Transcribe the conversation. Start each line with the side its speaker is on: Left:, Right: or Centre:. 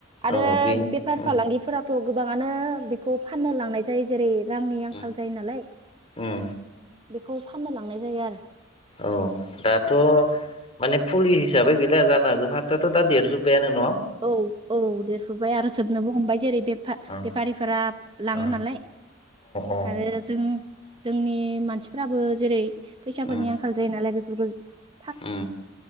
Right: आरो
Left: औ बेनो
Right: बेफार
Left: उम
Right: फालांगिफोराथ' गोबाङानो बेखौ फाननो लांनाय जायो। जेरै रांनि आंखाल
Left: उम
Right: जायो नालाय।
Left: उम
Right: बेखौ फाननो लांनाय जायो आरो।
Left: औ दाथ' माने फुलि हिसाबै गैला जानो जोंहा फाथोआथ' दा देरजोबबायानो
Right: औ औ देरजुबबाय आरो जोबनोबो हमबाय जेरै बेफारिफोरा
Left: अ
Right: लाङो
Left: अ
Right: नालाय
Left: अ
Right: आरो जों जोंनि मानसिफ्राबो जेरै फैसाफोरनि
Left: उम
Right: आंखाल जायो नालाय बे <unintelligible>
Left: उम